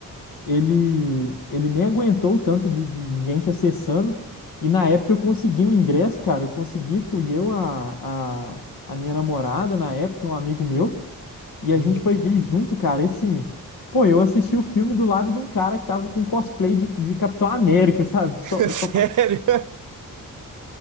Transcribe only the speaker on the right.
Uhum.
<laughs> Sério?